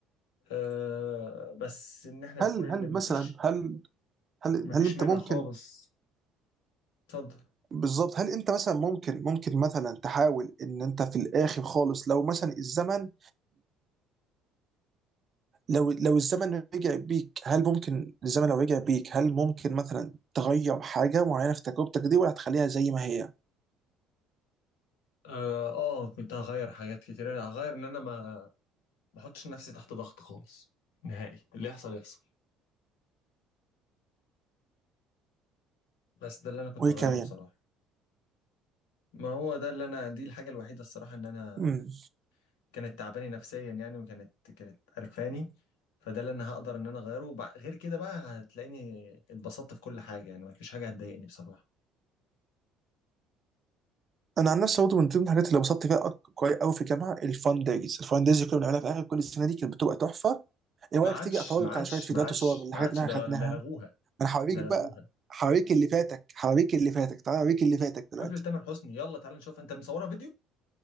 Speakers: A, on the left; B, on the right.
A: أه بس ان احنا
B: هل
A: نقول ان
B: هل مثلا
A: مفيش
B: هل هل
A: مفيش
B: هل انت
A: مانع
B: ممكن
A: خالص اتفضل
B: بالظبط هل انت مثلا ممكن ممكن مثلا تحاول ان انت في الاخر خالص لو مثلا الزمن لو لو الزمن رجع بيك هل ممكن الزمن لو رجع بيك هل ممكن مثلا تغير حاجه معينه في تجربتك دي ولا هتخليها زي ما هي؟
A: اه آه، كنت هغير حاجات كتير انا هغير ان انا ما ما احطش نفسي تحت ضغط خالص نهائي اللي يحصل يحصل بس ده اللي انا كنت
B: وايه
A: هغيره
B: كمان؟
A: بصراحة ما هو ده اللي انا دي الحاجة الوحيدة الصراحة ان انا
B: امم
A: كانت تعباني نفسيا يعني وكانت كانت قرفاني فده اللي انا هقدر ان انا اغيره وبع- غير كده بقى هتلاقيني اتبسطت في كل حاجة يعني مفيش حاجة هتضايقني بصراحة
B: انا عن نفسي برضه من ضمن الحاجات اللي انبسطت فيها أك- كويس قوي في الجامعه الفان دايز الفان دايز اللي كنا بنعملها في اخر كل السنه دي كانت بتبقى تحفه ايه
A: ما
B: رايك
A: عادش
B: تيجي افرجك
A: ما عادش
B: على شويه فيديوهات
A: ما عادش
B: وصور من الحاجات
A: ما عادش
B: اللي
A: ده
B: احنا خدناها
A: ده لغوها
B: انا هوريك
A: ده لغوها
B: بقى هوريك اللي فاتك هوريك اللي فاتك تعالى اوريك اللي فاتك دلوقتي
A: حفلة تامر حسني يلا تعالى نشوف انت مصورها فيديو